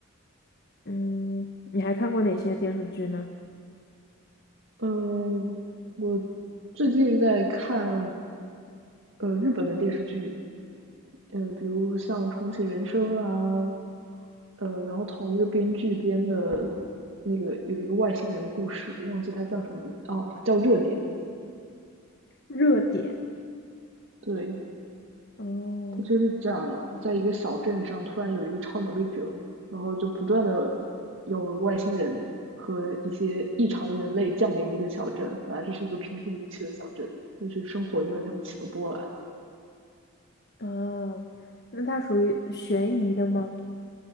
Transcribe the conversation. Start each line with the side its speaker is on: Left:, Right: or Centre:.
Left: 嗯，你还看过哪些电视剧呢？
Right: 嗯，我最近在看呃日本的电视剧，呃，比如像《重启人生》啊，呃，然后同一个编剧编的那个有一个外星人的故事，忘记它叫什么哦，叫《热点》。
Left: 热点。
Right: 对，
Left: 哦
Right: 他就是讲在一个小镇上突然有一个超能力者，然后就不断的有外星人和一些异常的人类降临这个小镇。本来这是一个平平无奇的小镇，但是生活因为他们起了波澜。
Left: 啊，那它属于悬疑的吗？